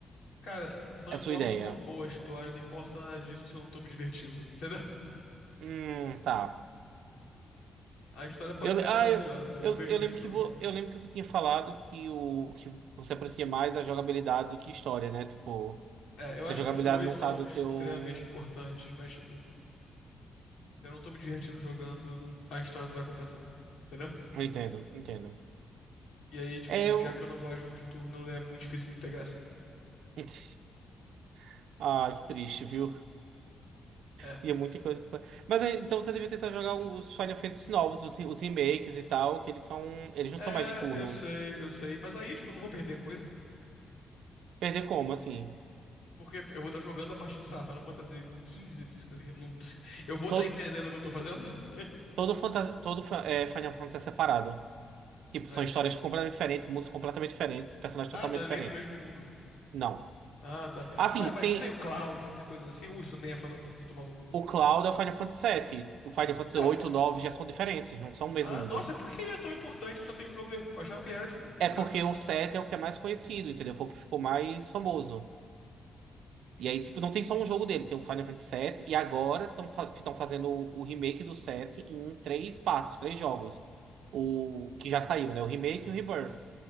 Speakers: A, on the left; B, on the right.
A: Cara, não
B: essa
A: importa
B: sua ideia.
A: o quão boa a história, não importa nada disso se eu não tô me divertindo, entendeu?
B: Hum, tá.
A: A história pode
B: Eu, le-
A: ser maravilhosa,
B: ah, eu,
A: eu
B: eu,
A: vejo
B: eu
A: um vídeo
B: lembro
A: sobre.
B: que vo, eu lembro que você tinha falado que, o, que você aprecia mais a jogabilidade do que história, né? Tipo,
A: É, eu
B: se
A: acho
B: a jogabilidade
A: que os dois
B: não
A: são
B: tá do
A: extremamente
B: teu...
A: importantes, mas, tipo, eu não tô me divertindo jogando, não- a história não vai compensar, entendeu?
B: Eu entendo, entendo.
A: E aí, tipo,
B: É, eu.
A: já que eu não gosto de jogo de turno, é muito difícil me pegar assim.
B: <laughs> Ah, que triste, viu?
A: É.
B: Tinha muita coisa. pra- Mas é, então você devia tentar jogar um- os Final Fantasy novos, os, re- os remakes e tal, que eles são. Eles não
A: É,
B: são mais de turno.
A: eu sei, eu sei, mas aí, tipo, eu não vou perder coisa.
B: Perder como, assim?
A: Porque eu vou estar jogando a partir do, sei lá, Final Fantasy XV. de- eu não- <laughs> Eu vou estar
B: Todo,
A: entendendo o que eu tô fazendo? <laughs>
B: todo, fanta- todo fa- é, Final Fantasy é separado. Tipo,
A: Tá,
B: são
A: ele-
B: histórias completamente diferentes, mundos completamente diferentes, personagens
A: Ah,
B: totalmente
A: não, é
B: diferentes.
A: nem no mesmo mundo.
B: Não.
A: Ah, tá.
B: Assim,
A: Ué, mas
B: tem.
A: não tem o Cloud, não tem coisas assim? Uh, isso nem é Final Fantasy, eu tô maluco.
B: O Cloud é o Final Fantasy sete O Final Fantasy
A: Não.
B: oito e o 9 já são diferentes, não são o mesmo
A: Ah,
B: mundo.
A: nossa, por que ele é tão importante se só tem um jogo dele? Eu achava que ele era, tipo, o
B: É
A: cara.
B: porque o 7 é o que é mais conhecido, entendeu? Foi o que ficou mais famoso.
A: Entendi,
B: E aí, tipo, não tem só um jogo dele, tem o Final Fantasy VII, e agora estão fa tão fazendo o, o remake do 7 em três partes, três jogos. O que já saíram, né? O remake e o Rebirth,